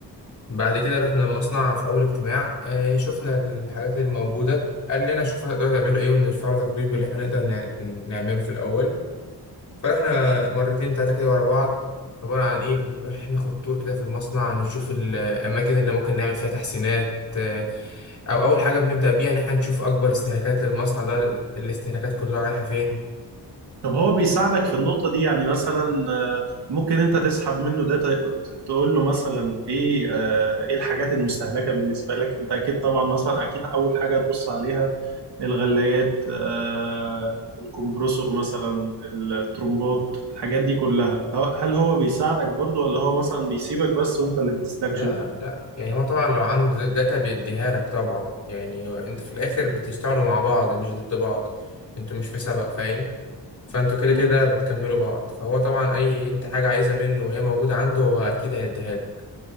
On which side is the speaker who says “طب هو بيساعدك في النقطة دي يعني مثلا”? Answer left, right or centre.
Right